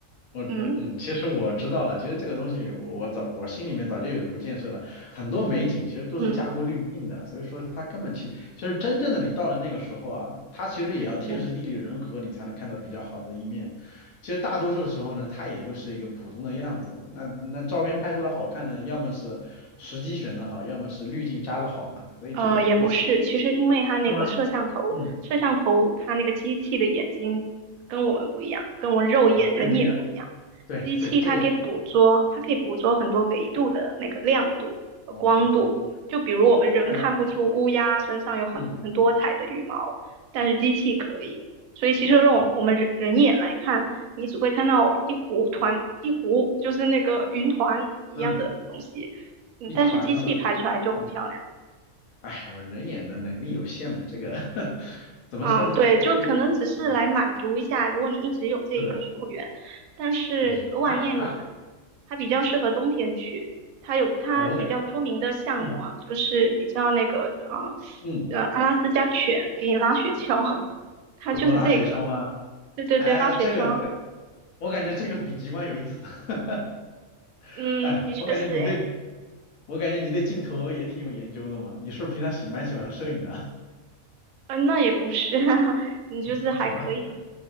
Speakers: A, on the left; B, on the right.
A: 我嗯，
B: 嗯
A: 其实我知道了，其实这个东西我我早我心里面早就有过建设了，很多美景其实都是加过滤镜的，
B: 嗯
A: 所以说它根本其其实真正的你到了那个时候啊，它其实也要天时地利人和你才能看到比较好的一面，
B: 嗯。
A: 其实大多数时候呢，它也就是一个普通的样子，那那照片拍出来好看的，要么是时机选得好，要么是滤镜加的好嘛，所以这个无
B: 呃，也不是，其实因为它那个摄像头，
A: 是吗？嗯
B: 摄像头它那个机器的眼睛跟我们不一样，跟我们肉眼人眼不一样。
A: 啊，跟人一样，对对，
B: 机器它可以捕捉，
A: 这个
B: 它可以捕捉很多维度的那个亮度和光度。
A: 哦哦，
B: 就比如我们人看不出乌鸦身上有很很多彩的羽毛，
A: 看来嗯
B: 但是机器可以。所以其实用我们人人眼来看，
A: 我
B: 你只会看到一糊团，一糊就是那个云团一样的东西。
A: 嗯
B: 嗯，
A: 一团是吧？
B: 但是机器拍出来就很漂亮。
A: 嗯，哎，我人眼的能力有限嘛，这个 <laughs> 怎么说呢？
B: 啊，对，就可能只是来满足一下，
A: 你，嗯，
B: 如果你一直有这一个溯源，
A: 是的，
B: 但是额瓦涅米呢，
A: 嗯，还好还好，
B: 它比较适合冬天去，它有它比较出名的项目啊，
A: 哎，我感，嗯
B: 就是你知道那个啊，
A: 嗯，
B: 呃，阿拉斯加犬给你拉雪橇，<laughs> 它就是这个，
A: 狗拉雪橇吗？
B: 对对对，
A: 哎，
B: 拉雪橇，
A: 这个我感觉这个比极光有意思，<laughs>
B: 嗯，
A: 哎，
B: 的确是诶，
A: 我感觉你对，我感觉你对镜头也挺有研究的嘛，你是不是平常喜蛮喜欢摄影的？
B: 嗯，那也不是，<laughs> 你就是还可以吧，
A: <laughs> 好吧。